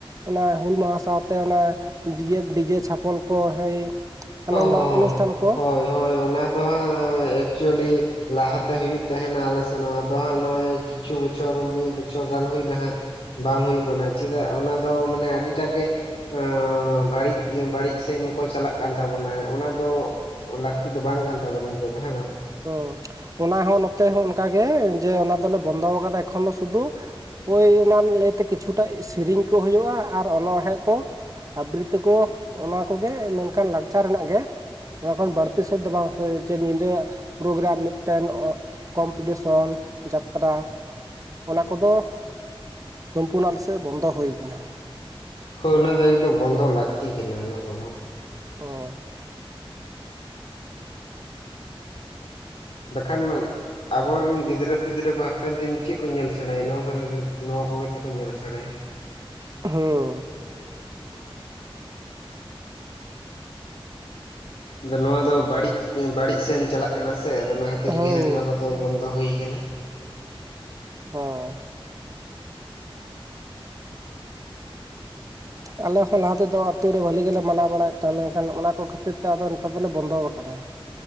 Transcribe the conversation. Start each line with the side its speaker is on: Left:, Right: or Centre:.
Right: ᱚᱱᱟ ᱦᱩᱞ ᱢᱟᱦᱟ ᱥᱟᱶᱛᱮ ᱚᱱᱟ ᱰᱤᱡᱮ ᱰᱤᱡᱮ ᱪᱷᱟᱯᱚᱞ ᱠᱚ ᱦᱳᱭ ᱦᱟᱱᱟ
Left: ᱦᱚᱸ ᱦᱚᱸ
Right: ᱱᱟᱣᱟ ᱚᱱᱩᱥᱴᱷᱟᱱ ᱠᱚ᱾
Left: ᱦᱳᱭ ᱦᱳᱭ ᱚᱱᱟ ᱫᱚ ᱦᱟᱸᱜ ᱮᱠᱪᱩᱭᱮᱞᱤ ᱞᱟᱦᱟᱛᱮ ᱦᱩᱭᱩᱜ ᱛᱟᱦᱮᱱᱟ ᱟᱞᱮ ᱥᱮᱱ ᱦᱚᱸ ᱟᱫᱚ ᱦᱟᱸᱜ ᱱᱚᱜᱼᱚᱭ ᱠᱤᱪᱷᱩ ᱵᱚᱪᱷᱚᱨ ᱢᱤᱜ ᱵᱚᱪᱷᱚᱨ ᱜᱟᱱ ᱦᱩᱭ ᱱᱟᱦᱟᱜ᱾ ᱵᱟᱝ ᱦᱩᱭᱩᱜ ᱠᱟᱱᱟ ᱪᱤᱫᱟᱜ ᱚᱱᱟ ᱫᱚ ᱢᱟᱱᱮ ᱟᱹᱰᱤᱴᱟᱜ ᱜᱮ ᱚᱸ ᱵᱟᱹᱲᱤᱡ ᱤᱭᱟᱹ ᱵᱟᱹᱲᱤᱡ ᱥᱮᱱ ᱠᱚ ᱪᱟᱞᱟᱜ ᱠᱟᱱ ᱛᱟᱵᱚᱱᱟ ᱚᱱᱟ ᱫᱚ ᱞᱟᱹᱠᱛᱤ ᱫᱚ ᱵᱟᱝ ᱠᱟᱱ ᱛᱟᱵᱚᱱᱟᱭ ᱱᱤᱛᱳᱜ ᱫᱚ ᱦᱮᱸ ᱵᱟᱝ᱾
Right: ᱦᱩᱸ ᱚᱱᱟ ᱦᱚᱸ ᱱᱚᱛᱮ ᱦᱚᱸ ᱚᱱᱠᱟᱜᱮ ᱡᱮ ᱚᱱᱟ ᱫᱚᱞᱮ ᱵᱚᱱᱫᱚ ᱠᱟᱫᱟ ᱮᱠᱷᱚᱱ ᱫᱚ ᱥᱩᱫᱩ ᱳᱭ ᱚᱱᱟ ᱞᱟᱹᱭᱛᱮ ᱠᱤᱪᱷᱩᱴᱟᱜ ᱥᱤᱨᱤᱧ ᱠᱚ ᱦᱩᱭᱩᱜᱼᱟ ᱟᱨ ᱚᱱᱚᱬᱦᱮᱸ ᱠᱚ᱾ ᱟᱵᱨᱤᱛ ᱛᱚᱠᱚ ᱚᱱᱟ ᱠᱚᱜᱮ ᱢᱮᱱᱠᱷᱟᱱ ᱞᱟᱠᱪᱟᱨ ᱨᱮᱱᱟᱜ ᱜᱮ᱾ ᱚᱱᱟ ᱠᱷᱚᱱ ᱵᱟᱹᱲᱛᱤ ᱥᱮᱫ ᱫᱚ ᱵᱟᱝ ᱦᱳᱭ ᱪᱚᱭ ᱧᱤᱫᱟᱹ ᱯᱨᱳᱜᱨᱟᱢ ᱢᱤᱫᱴᱮᱱ ᱚᱜ ᱠᱚᱢᱯᱤᱴᱤᱥᱚᱱ ᱡᱟᱛᱨᱟ ᱚᱱᱟ ᱠᱚᱫᱚ ᱥᱚᱢᱯᱩᱱᱱᱚ ᱟᱞᱮᱥᱮᱜ ᱵᱚᱱᱫᱚ ᱦᱳᱭ ᱠᱟᱱᱟ᱾
Left: ᱦᱳᱭ ᱚᱱᱟ ᱫᱚ ᱮᱠᱫᱚᱢ ᱵᱚᱱᱫᱚ ᱞᱟᱹᱠᱛᱤ ᱠᱮᱱᱟ ᱚᱱᱟ ᱠᱚᱫᱚ᱾
Right: ᱚᱸ
Left: ᱵᱟᱠᱷᱟᱱ ᱟᱵᱚᱨᱮᱱ ᱜᱤᱫᱽᱨᱟᱹ ᱯᱤᱫᱽᱨᱟᱹ ᱠᱚ ᱦᱟᱯᱮᱱ ᱫᱤᱱ ᱪᱮᱜ ᱠᱚ ᱧᱮᱞ ᱥᱮᱬᱟᱭᱟ ᱱᱚᱣᱟ ᱠᱚᱜᱮ ᱱᱚᱣᱟ ᱠᱚᱜᱮ ᱛᱚ ᱠᱚ ᱧᱮᱞ ᱥᱮᱬᱟᱭᱟ᱾
Right: ᱦᱩᱸ
Left: ᱟᱫᱚ ᱱᱚᱣᱟ ᱫᱚ ᱵᱟᱹᱲᱤᱡ ᱵᱟᱹᱲᱤᱡ ᱥᱮᱱ ᱪᱟᱞᱟᱜ ᱠᱟᱱᱟ ᱥᱮ ᱟᱫᱚ ᱚᱱᱟ ᱠᱷᱟᱹᱛᱤᱨ
Right: ᱦᱩᱸ
Left: ᱜᱮ ᱦᱟᱸᱜ ᱱᱚᱣᱟ ᱠᱚᱫᱚ ᱫᱚ ᱵᱚᱱᱫᱚ ᱦᱩᱭ ᱠᱟᱱᱟ᱾
Right: ᱦᱚᱸ ᱟᱞᱮ ᱦᱚᱸ ᱞᱟᱦᱟ ᱛᱮᱫᱚ ᱛᱩᱨᱮ ᱵᱷᱟᱹᱞᱤ ᱜᱮᱞᱮ ᱢᱟᱱᱟᱣ ᱵᱟᱲᱟᱭᱮᱫ ᱛᱟᱦᱮᱸᱱ ᱢᱮᱝᱠᱷᱟᱱ ᱚᱱᱟ ᱠᱚ ᱠᱷᱟᱹᱛᱤᱨ ᱛᱮ ᱟᱫᱚ ᱱᱤᱛᱟᱨ ᱫᱚᱞᱮ ᱵᱚᱱᱫᱚᱣ ᱠᱟᱫᱟ